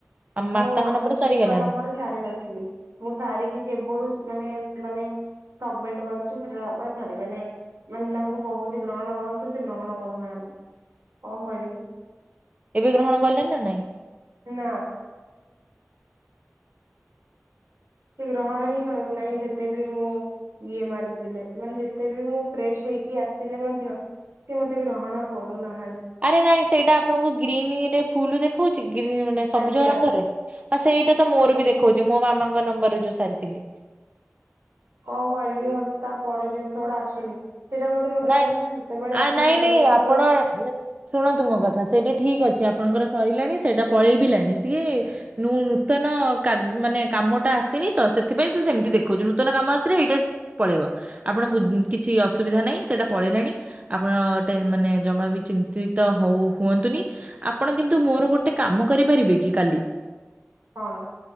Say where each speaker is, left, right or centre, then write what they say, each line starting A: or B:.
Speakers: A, on the right; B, on the right.
A: ଆମ ମାତାଙ୍କ
B: ମୋ ମାତାଶ୍ରୀଙ୍କ
A: ନମ୍ବର ସରିଗଲାଣି।
B: ନମ୍ବରରେ ସାରି ନଥିଲି, ମୁଁ ସାରିକି କେବଳୁ ମାନେ ମାନେ ସବମେଣ୍ଟ ମାରୁଛି ସେଟା ମାନେ ସାରିବେ ନାହିଁ, ମାନେ ତାଙ୍କୁ କହୁଛି ଗ୍ରହଣ କରନ୍ତୁ, ସେ ଗ୍ରହଣ କରୁନାହାନ୍ତି
A: <inaudible>
B: କଣ କରିବି?
A: ଏବେ ଗ୍ରହଣ କଲେଣି ନା ନାଇଁ?
B: ନା <unintelligible> ସେ ଗ୍ରହଣ ହିଁ ହଉନାହିଁ ଯେତେ ବି ମୁଁ ଇଏ ମାରିଦେଲେ ମାନେ ଯେତେ ବି ମୁଁ ଫ୍ରେଶ ହେଇକି ଆସିଲେ ମଧ୍ୟ ସେ ମତେ ଗ୍ରହଣ କରୁନାହ।
A: ଆରେ ନାଇଁ ସେଇଟା ଆପଣଙ୍କୁ ଗ୍ରୀନରେ ଫୁଲ ଦେଖଉଛି, ଗ୍ରୀନ ମାନେ ସବୁଜ
B: ଆଜ୍ଞା
A: ରଙ୍ଗରେ ଆ ସେଇଟା ତ ମୋର ବି ଦେଖଉଛି, ମୋ ମାମାଙ୍କ ନମ୍ବରରେ ଯୋଉ ସାରିଥିଲି।
B: କଣ କରିବି ମତେ ତା ପର ଜିନିଷ ଗୁଡା ଆସୁନି। ସେଇଟା ବୋଧେ ମତେ
A: ନାଇଁ
B: ଲାଗୁଛି ସେତେବେଳେ
A: ଆ
B: ଆସିବେ,
A: ନାଇଁ
B: ଯେତେବେଳେ
A: ନାଇଁ ଆପଣ
B: ମୋର
A: ଶୁଣନ୍ତୁ ମୋ କଥା ସେଇଟା ଠିକ୍ ଅଛି, ଆପ୍ ଆପଣଙ୍କର ସରିଲାଣି, ସେଇଟା ପଳେଇବିଲାଣି ସିଏ ନୂ ନୂତନ କା ମାନେ କାମଟା ଆସେ ତ ସେଥିପାଇଁ ସେ ସେମିତି ଦେଖଉଛି ନୂତନ କାମ ଆସିଲେ ଏଇଟା ପଳେଇବ, ଆପଣ ବୁ କିଛି ଅସୁବିଧା ନାହିଁ। ସେଟା ପଳେଇଲାଣି, ଆପଣ ଟେ ମାନେ ଜମା ବି ଚିନ୍ତିତ ହଉ ହୁଅନ୍ତୁନି, ଆପଣ କି କିନ୍ତୁ ମୋର ଗୋଟେ କାମ କରିପାରିବେ କି -କାଲି
B: କଣ?